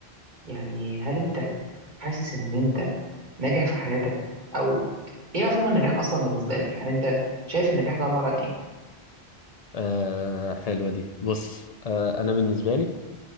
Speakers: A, on the right (about 45°); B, on the left (about 50°).
A: يعني هل انت حاسس ان انت ناجح في حياتك او ايه مفهوم النجاح اصلا بالنسبه لك يعني انت شايف النجاح ده عباره عن ايه
B: آه حلوة دي بص آه أنا بالنسبة لي